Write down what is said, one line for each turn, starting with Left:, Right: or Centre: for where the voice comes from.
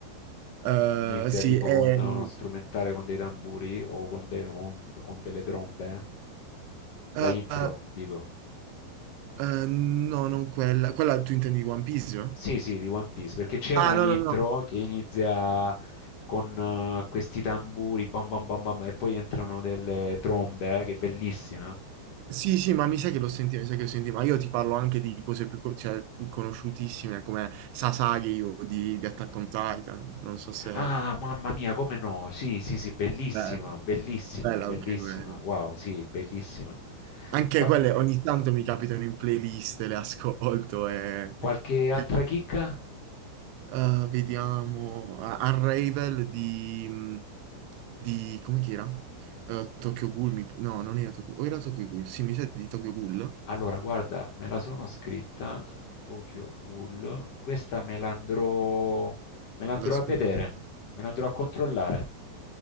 Right: Eh,
Left: Inizia
Right: sì,
Left: tipo
Right: è,
Left: con
Right: eh,
Left: uno strumentale con dei tamburi o con, de- o un- con delle trombe? La
Right: eh,
Left: intro, dico.
Right: eh, no, non quella, quella tu intendi di One Piece? no?
Left: Sì, sì, di One Piece, perché c'è
Right: Ah,
Left: una intro
Right: no, no, no.
Left: che inizia con eh, questi tamburi, bam bam bam bam, e poi entrano delle trombe, eh, che è bellissima.
Right: Sì, sì, ma mi sa che lo senti, mi sa che lo senti, ma io ti parlo anche di cose più, co- cioè, più conosciutissime come Sasagi o di, di Attack on Titan, non so se...
Left: Ah, mamma mia, come no? Sì, sì, sì, bellissima,
Right: Bello,
Left: bellissima,
Right: bello
Left: bellissima.
Right: anche quello.
Left: Wow, sì, bellissima.
Right: Anche
Left: Qua-
Right: quelle ogni tanto mi capitano in playlist, le ascolto e...
Left: qualche altra
Right: qui-
Left: chicca?
Right: eh, vediamo... A- Unravel di... di... come che era? Eh, Tokyo Ghoul, mi- no, non era Tokyo... o era Tokyo Ghoul, sì, mi sa di Tokyo Ghoul,
Left: Allora, guarda, me la sono scritta, Tokyo Ghoul. Questa me la andrò, me la andrò
Right: ad ascoltare.
Left: a vedere, me la andrò a controllare.